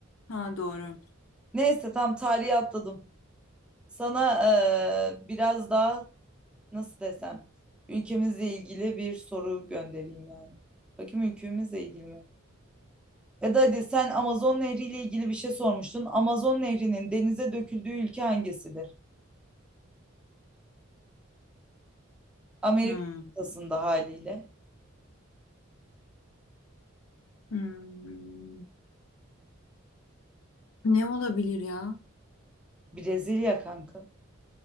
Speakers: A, on the left (about 85°); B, in the centre.
A: Ha doğru.
B: Neyse tam tarihi atladım. Sana eee, biraz daha nasıl desem ülkemizle ilgili bir soru göndereyim yani. Bakayım ülkemizle ilgili mi? Ya da hadi sen Amazon Nehri ile ilgili bir şey sormuştun. Amazon Nehri'nin denize döküldüğü ülke hangisidir? Amerika
A: Hmm.
B: kıtasında haliyle.
A: Hmm. Ne olabilir ya?
B: Brezilya kanka.